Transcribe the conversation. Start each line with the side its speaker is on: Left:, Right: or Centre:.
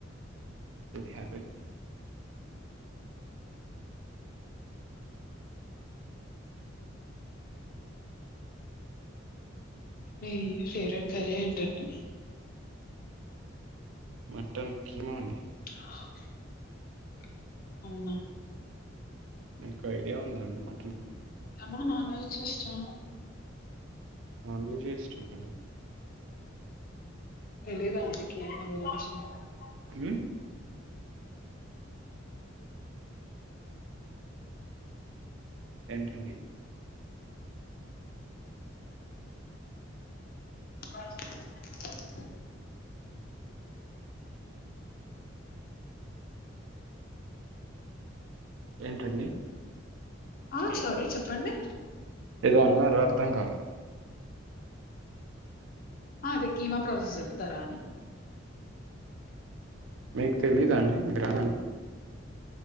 Right: గుడ్ హాబిట్
Left: మీ ఫేవరెట్ కర్రీ ఏంటండి
Right: మటన్ కీమా అండి
Left: <inaudible> అవునా
Right: మీకు ఐడియా ఉందాండి మటన్ కి
Left: ఆ నాన్ వెజ్ చేస్తా
Right: నాన్ వెజే ఇష్టం అండి
Left: తెలిదా అండి <unintelligible>
Right: ఉమ్ ఏంటండి
Left: బ
Right: ఏంటండి
Left: ఆ సారీ చెప్పండి
Right: ఏదో అన్నారు అర్ధం కాలే
Left: ఆ అదే కీమా ప్రాసెస్ చెప్తారా అని
Right: మీకు తెలీదు అండి మీకు రాద అండి